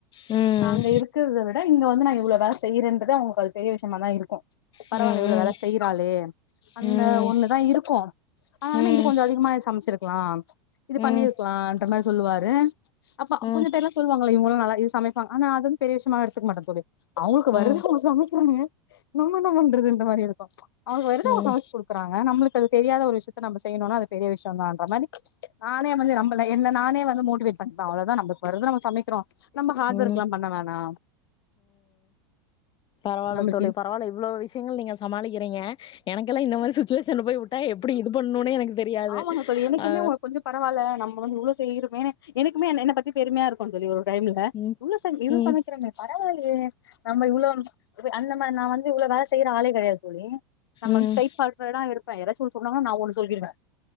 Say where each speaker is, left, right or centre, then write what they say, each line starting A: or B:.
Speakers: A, on the left; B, on the left.
A: ம்
B: நாங்க
A: ம்
B: அங்க இருக்குறத விட. இங்க வந்து இவ்ளோ வேல செய்யுறேன்றது அவுங்குளுக்கு பெரிய விஷயமா தா இருக்கூ பரவால
A: ம் ம்
B: இவ்ளோ வேல செய்றாளே அந்த
A: ம்
B: ஒண்ணு தான் இருக்கு ஆனாலுமே
A: ம்
B: இது கொஞ்ஜசோ அதிகமாவே சமைச்சிருக்கலா இது
A: ம்
B: பண்ணிருக்கலான்ற மாரி சொல்லுவாரு அப்ப
A: ம்
B: கொஞ்சோ பேரல்லா சொல்லுவாங்க இவுங்களும் நல்லாவே சமைப்பாங்க ஆனா அது ஒண்ணு பெரிய விஷயமா‌ எடுத்துக்க மாட்டாங்க தோழி அவுங்களுக்கு
A: ம்
B: வர்றது குள்ள‌ சமைக்கனுங்க சரி <inaudible> நம்ம என்ன பன்றது இந்த மாரி இருக்கூ அவுங்களுக்கு
A: ம்
B: வருத அவுங்க சமைச்ச க்குறாங்க நம்முளுக்கு அது தெரியாத ஒரு விஷயத்த நம்ம செய்யனுனா அது பெரிய விஷயோ தா மாரி நானே வந்து நம்பல நானே வந்து மோட்டிவேட் பண்ணிப்ப அவ்ளோ தான் நமக்கு வரத நம்ம சமைக்கிறோ நம்ம ஹார்ட்
A: ம்
B: ஒர்க்
A: ம்
B: லாம் பண்ண வேணா
A: பரவால
B: நம்மளுக்கு
A: தோழி பரவால இ்வ்ளோ விஷயங்கள் நீங்க சமாளிக்கிறீங்க எனக்கெல்லாம் இந்த மாரி சுச்சுவேஷன்ல போய் விட்டா எப்டி இது பண்ணணுனே எனக்கு தெரியாது
B: ஆமாங்க தோழி என்னைக்குமே
A: அ
B: உங்க கொஞ்சோ பரவால நம்ப வந்து இவ்ளோ செய்றோ என்னைக்குமே என்ன பத்தி பெருமையா இருக்கூ தோழி ஒரு டைம்ல
A: ம்
B: இவ்ளோ சம இவ்ளோ
A: ம்
B: சமைக்கிறோமே பரவாலயே நம்ம இவ்வளோ அந்த மாரி நா வந்து இவ்ளோ வேல செய்யுற ஆளே கெடையாது தோழி நம்ம
A: ம்
B: ஸ்ரைட்ஃபார்வட் ஆ இருக் ப <unintelligible> சொன்னாங்கனா நா ஒண்ணு சொல்லிருவே